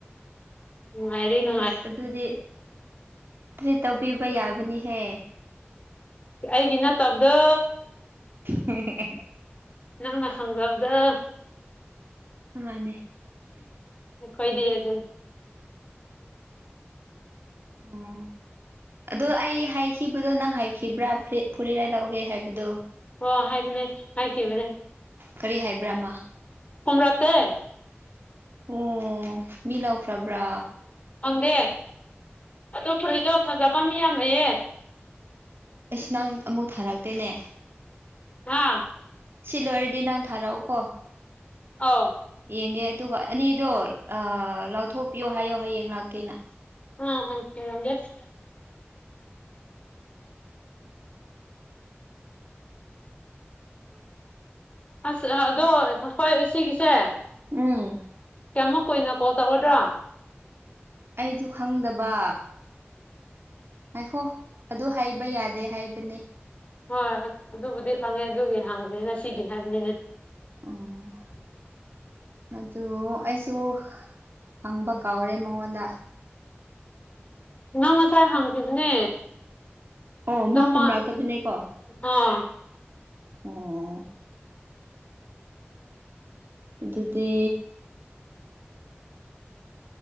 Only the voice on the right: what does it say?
ꯑꯁ ꯑꯗꯨꯗꯤ ꯇ꯭ꯔꯤꯠ ꯇꯧꯕꯤꯕ ꯌꯥꯕꯅꯤꯍꯦ
<unintelligible>
ꯃꯥꯟꯅꯦ
ꯎꯝ ꯑꯗꯣ ꯑꯩ ꯍꯥꯏꯈꯤꯕꯗꯣ ꯅꯪ ꯍꯥꯏꯈꯤꯕ꯭ꯔꯥ ꯐꯨꯔꯤꯠ ꯐꯨꯔꯤꯔꯥꯏ ꯂꯧꯒꯦ ꯍꯥꯏꯕꯗꯣ
ꯀꯔꯤ ꯍꯥꯏꯕ꯭ꯔꯥ ꯃꯥ
ꯑꯣ ꯃꯤ ꯂꯧꯈ꯭ꯔꯥꯕ꯭ꯔꯥ
ꯑꯩꯁ ꯅꯪ ꯑꯃꯨꯛ ꯊꯥꯔꯛꯇꯦꯅꯦ
ꯁꯤ ꯂꯣꯏꯔꯗꯤ ꯅꯪ ꯊꯥꯔꯛꯎꯀꯣ
ꯌꯦꯡꯒꯦ ꯑꯗꯨꯒ ꯑꯅꯤꯗꯣ ꯑꯥ ꯂꯥꯎꯊꯣꯛꯄꯤꯌꯣ ꯍꯥꯏꯌꯣ ꯍꯌꯦꯡ ꯂꯥꯛꯀꯦꯅ
ꯎꯝ
ꯑꯩꯖꯨ ꯈꯪꯗꯕ ꯉꯥꯏꯈꯣ ꯑꯗꯨ ꯍꯥꯏꯕ ꯌꯥꯗꯦ ꯍꯥꯏꯕꯅꯦ
ꯑꯣ ꯑꯗꯨ ꯑꯩꯁꯨ ꯍꯪꯕ ꯀꯥꯎꯔꯦ ꯃꯉꯣꯟꯗ
ꯑꯣ
ꯈꯨꯝꯔꯛꯇꯕꯅꯦꯀꯣ
ꯑꯣ ꯑꯗꯨꯗꯤ